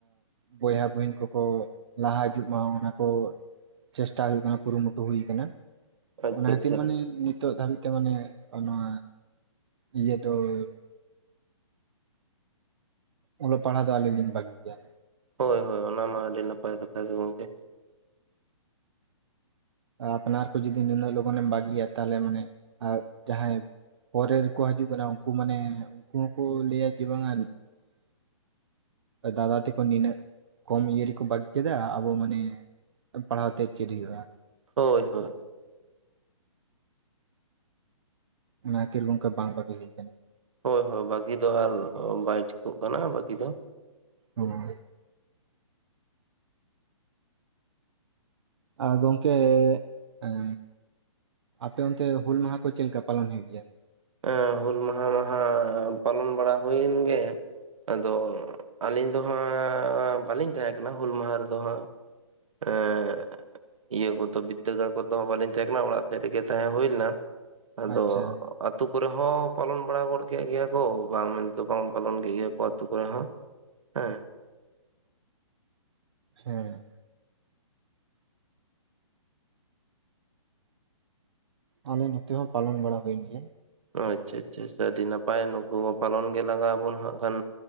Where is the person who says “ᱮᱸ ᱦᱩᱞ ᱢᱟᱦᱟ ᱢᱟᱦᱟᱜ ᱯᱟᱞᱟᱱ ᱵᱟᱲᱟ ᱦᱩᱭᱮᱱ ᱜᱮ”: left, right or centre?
Right